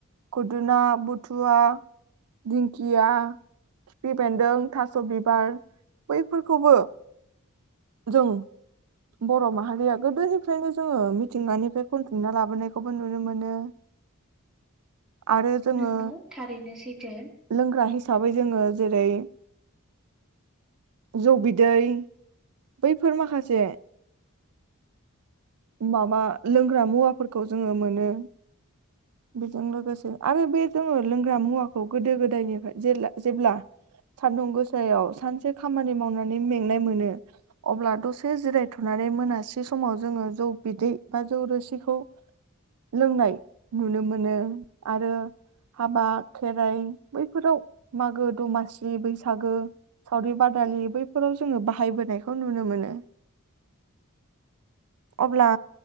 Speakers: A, on the right; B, in the centre.
A: खुदुना बुथुवा दिंखिया खिफि बेन्दों थास थास बिबार बैफोरखौबो जों बर' माहारिया गोदोनिफ्रायनो जोङो मिथिंगानिफ्राय खनथुमनामना लाबोनायखौबो नुनो मोनो। आरो जोङो
B: नोंगौ थारैनो सैथो।
A: लोंग्रा हिसाबै जोङो जेरै जौ बिदै बैफोर माखासे माबा लोंग्रा मुवाफोरखौ जोङो मोनो बेजों लोगोसे आरो बे जोङो लोंग्रा मुवाखौ गोदो गोदायनिफ्राय जे जेब्ला सानदुं गोसायाव सानसे खामानि मावनानै मेंनाय मोनो अब्ला दसे जिरायथ'नानै मोनासे समाव जोङो जौ बिदै बा जौ रोसिखौ लोंनाय नुनो मोनो आरो हाबा खेराइ बैफोराव मागो दमासिलि बैसागो सावरि बादालि बैफोराव जोङो बाहायबोनायखौ नुनो मोनो अब्ला